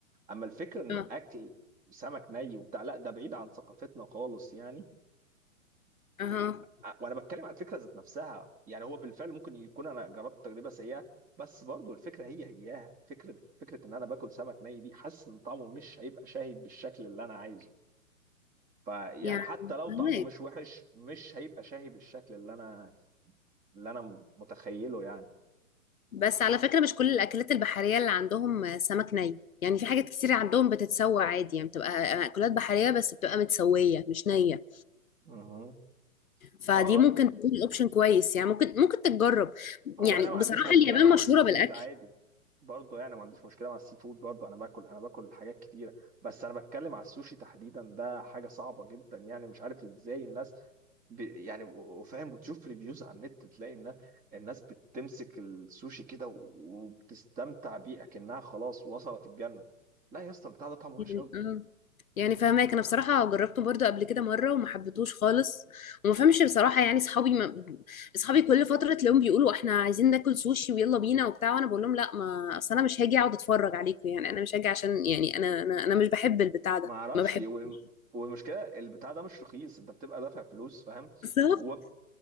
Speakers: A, on the right; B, on the left.
A: أما الفكرة إن
B: اه
A: أكل سمك ني وبتاع لا ده بعيد عن ثقافتنا خالص يعني
B: اها
A: ع- وانا بتكلم على الفكره ذات نفسها يعني هو بالفعل ممكن يكون انا جربت تجربه سيئه بس برضو الفكره هي هياها فكره فكره ان انا باكل سمك ني دي حاسس ان طعمه مش هيبقى شاهي بالشكل اللي انا عايزه فيعني
B: يعني
A: حتى لو
B: فهمك.
A: طعمه مش وحش مش هيبقى شاهي بالشكل اللي انا اللي انا متخيله يعني
B: بس على فكرة مش كل الأكلات البحرية اللي عندهم سمك ني يعني في حاجات كتير عندهم بتتسوى عادي يعني بتبقى أكلات بحرية بس بتبقى متسوية مش نية
A: مهم.
B: فدي
A: اه اه
B: ممكن تكون أوبشن كويس يعني ممكن ممكن تتجرب
A: هو
B: يعني
A: انا ما عنديش
B: بصراحة
A: مشكله
B: اليابان
A: مع
B: مشهورة
A: السي فود
B: بالأكل
A: عادي برضه يعني ما عنديش مشكله مع السي فود برضه انا باكل انا باكل حاجات كتيره بس انا بتكلم على السوشي تحديدا ده حاجه صعبه جدا يعني مش عارف ازاي الناس ب... يعني و- وفاهم وتشوف ريفيوز على النت تلاقي ان الناس بتمسك السوشي كده و- وبتستمتع بيه اكنها خلاص وصلت الجنه لا يا اسطى البتاع ده طعمه وحش
B: يعني
A: قوي
B: اه يعني فاهماك انا بصراحه جربته برضو قبل كده مره وما حبيتهوش خالص وما فهمش بصراحه يعني اصحابي ما... اصحابي كل فتره تلاقيهم بيقولوا احنا عايزين ناكل سوشي ويلا بينا وبتاع وانا بقول لهم لا ما اصل انا مش هاجي اقعد اتفرج عليكم يعني انا مش هاجي عشان يعني انا انا, أنا مش بحب البتاع ده
A: ما اعرفش
B: ما بحبوش
A: و... والمشكله البتاع ده مش رخيص انت بتبقى دافع فلوس فاهم
B: بالظبط
A: وما